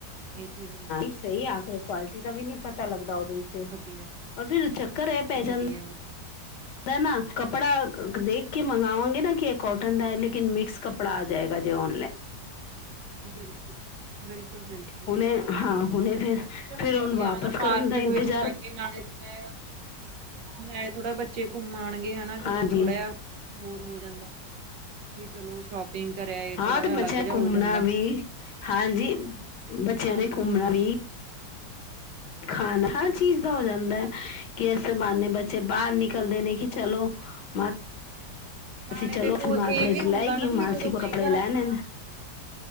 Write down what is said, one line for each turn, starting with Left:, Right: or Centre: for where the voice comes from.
Right: ਇਹ ਚੀਜ਼ ਜਾਂਦੀ
Left: ਸਹੀ ਆਖਰ ਕੁਆਲਿਟੀ ਦਾ ਵੀ ਨਹੀਂ ਪਤਾ ਲੱਗਦਾ ਉਹਦੇ 'ਚ'
Right: ਵਧੀਆ
Left: ਔਰ ਫਿਰ ਚੱਕਰ ਇਹ ਪੈ ਜਾਂਦਾ।
Right: ਵਧੀਆ
Left: ਨਾ ਕੱਪੜਾ ਦੇਖ ਕੇ ਮੰਗਵਾਂਗੇ ਨਾ ਕੀ ਕੌਟਨ ਦਾ ਐ, ਲੇਕਿਨ ਮਿਕਸ ਕੱਪੜਾ ਆ ਜਾਏਗਾ ਜੇ ਔਨਲਾਈਨ' ' <inaudible>
Right: ਬਿਲਕੁਲ। ਬਿਲਕੁਲ-ਬਿਲਕੁਲ
Left: ਹੁਣੇ
Right: ਇਹ ਤਾਂ ਗੱਲ ਸਹੀ
Left: ਹਾਂ
Right: ਐ ਤੁਹਾਡੀ
Left: ਹੁਣੇ ਫਿਰ
Right: ਚਲੋ
Left: ਫਿਰ
Right: ਵਧੀਆ
Left: ਹੁਣ ਵਾਪਸ
Right: ਹੈਨਾ ਮਾਰਕੀਟ
Left: ਕਰਨ ਦਾ
Right: ਵਿਚ
Left: ਇੰਤਜ਼ਾਰ
Right: ਨਾਲੇ ਥੋੜਾ ਜਿਹਾ ' <inaudible> ' ਨਾਲੇ ਥੋੜਾ ਬੱਚੇ ਘੁੰਮ ਆਉਣਗੇ ਹਨਾ ਚਲੋ
Left: ਹਾਂਜੀ
Right: ਥੋੜ੍ਹਾ ਜਿਹਾ ਹੋਰ ਹੋ ਜਾਂਦਾ ਵੀ ' <inaudible> ' ਵੀ ਚਲੋ ਸ਼ੋਪਿੰਗ ਕਰਿਆ
Left: ਹਾਂ
Right: ਥੋੜਾ ਜਿਹਾ
Left: ਤੇ
Right: ਅਲੱਗ
Left: ਬੱਚਿਆਂ
Right: ਜਿਹਾ
Left: ਘੁੰਮਣਾ
Right: ਹੋ ਜਾਂਦਾ।
Left: ਵੀ ਹਾਂਜੀ ' <inaudible> ' ਬੱਚਿਆਂ
Right: ਹਾਂਜੀ।
Left: ਨੇ ਘੁੰਮਣਾ ਵੀ ਖਾਣਾ ਹਰ ਚੀਜ਼
Right: ਖਾਣਾ
Left: ਦਾ ਹੋ ਜਾਂਦਾ
Right: ਪੀਣਾ ਵੀ ਜਾਂਦਾ
Left: ਕਿ ਐਸੇ
Right: ਬਿਲਕੁਲ
Left: ਬਹਾਨੇ ਬੱਚੇ ਬਾਹਰ ਨਿਕਲਦੇ
Right: ਬਿਲਕੁਲ
Left: ਨੇ ਕਿ
Right: ਜੀ
Left: ਚਲੋ ' <unintelligible> ',' <inaudible> '
Right: ਨਾਲੇ
Left: ਚਲੋ
Right: ਦੇਖੋ
Left: ਆਪਣੀ ਮਾੜੀ
Right: ਇਹ ਵੀ ਹੁੰਦਾ ਨਾ
Left: ਮਾਸੀ
Right: ਵੀ ਜਦੋਂ
Left: ਕੋ
Right: ਕਈ ਵਾਰ
Left: ਲੈਣੇ
Right: ਆਪਾਂ